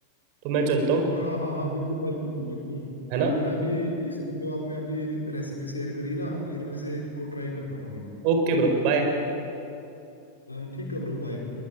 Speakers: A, on the right; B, on the left.
A: तो मैं चलता हूँ
B: हाँ हाँ हाँ बिल्कुल भाई बिल्कुल बिल्कुल
A: है
B: अ,
A: ना
B: मैं भी इसको जो आपने अभी रेसिपी शेयर करी ना इनमें से एक को ट्राई करता हूँ अभी
A: Okay bro bye
B: अ, ठीक है ब्रो बाय